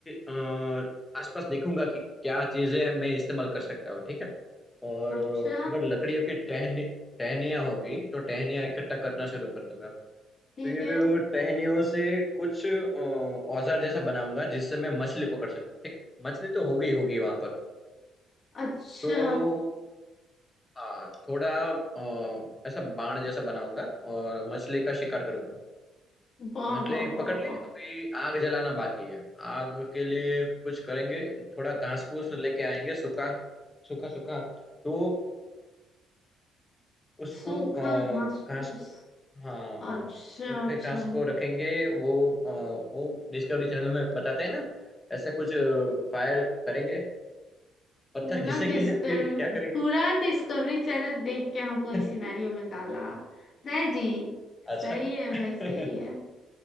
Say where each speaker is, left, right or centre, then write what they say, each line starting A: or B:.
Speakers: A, on the left; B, on the left.
A: अ, आसपास देखूंगा कि क्या चीजें हैं मैं इस्तेमाल कर सकता हूँ ठीक है और
B: अच्छा
A: अ, अगर लकड़ियों की टहनी टहनियाँ होगी तो टहनियाँ इकट्ठा करना शुरू कर दूंगा
B: ठीक
A: फिर
B: है
A: टहनियों से कुछ अ, औजार जैसा बनाऊंगा जिससे मैं मछली पकड़ सकूँ ठीक है मछली तो होगी होगी वहां पर
B: अच्छा
A: तो हाँ थोड़ा अ, ऐसा बाण जैसा बनाऊंगा और मछली का शिकार करूंगा
B: वाह
A: मछली
B: वाह
A: पकड़
B: वाह
A: ली
B: वाह
A: अभी आग जलाना बाकी है आग के लिए कुछ करेंगे थोड़ा घास फूस लेके आएंगे सूखा सूखा सूखा तो उसको
B: सूखा
A: अ,
B: घास
A: घास
B: फूस
A: को हाँ
B: अच्छा
A: सूखे
B: अच्छा
A: घास को रखेंगे वो अ, वो डिस्कवरी चैनल में बताते हैं ना ऐसा कुछ फायर करेंगे पत्थर
B: पूरा
A: घिसेंगे
B: डिस्कवर
A: <laughs> फिर क्या करेंगे
B: पूरा डिस्कवरी चैनल देख के हमको इस
A: <laughs>
B: सिनेरियो में डाला नहीं जी
A: अच्छा
B: सही है
A: <laughs>
B: भाई सही है